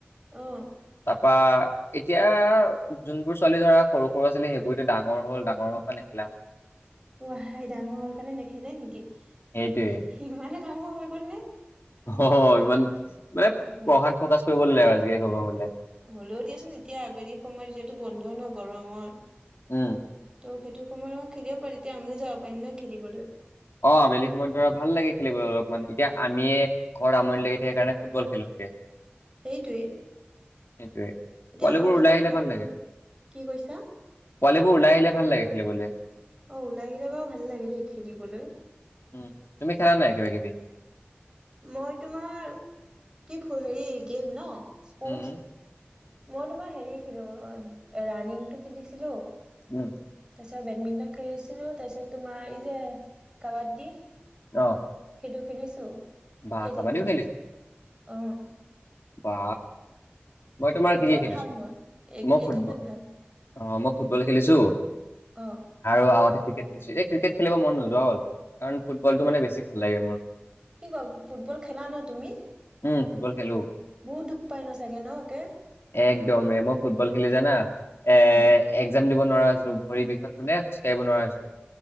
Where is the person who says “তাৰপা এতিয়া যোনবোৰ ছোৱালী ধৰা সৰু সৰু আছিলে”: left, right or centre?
Left